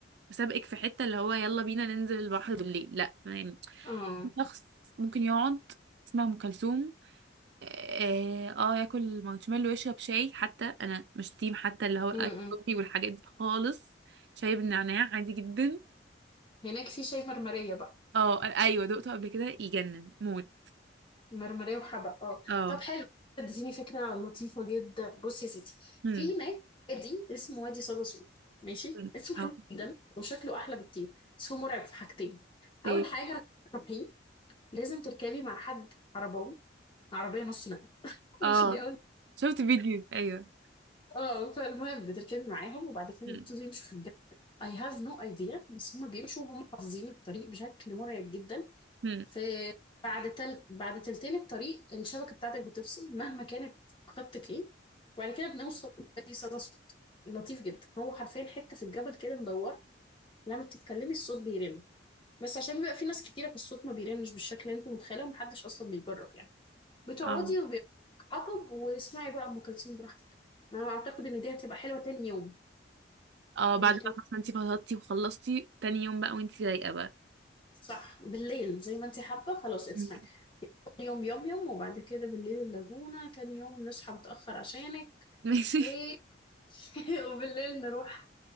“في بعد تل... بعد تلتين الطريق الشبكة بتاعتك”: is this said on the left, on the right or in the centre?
Left